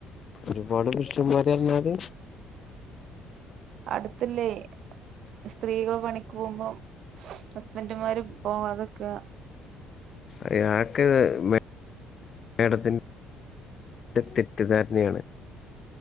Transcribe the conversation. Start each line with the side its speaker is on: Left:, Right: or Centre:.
Left: ഒരുപാട് പുൃഷന്മാര് അറഞ്ഞാല്
Right: അടുത്ത്ല്ലേ സ്ത്രീകള് പണിക്ക് പോകുമ്പം ഹസ്ബൻഡുമാരും പോകാതക്കാ
Left: അയാക്ക് മേഡത്തിൻ്റെ തെറ്റിദ്ധാരണയാണ്.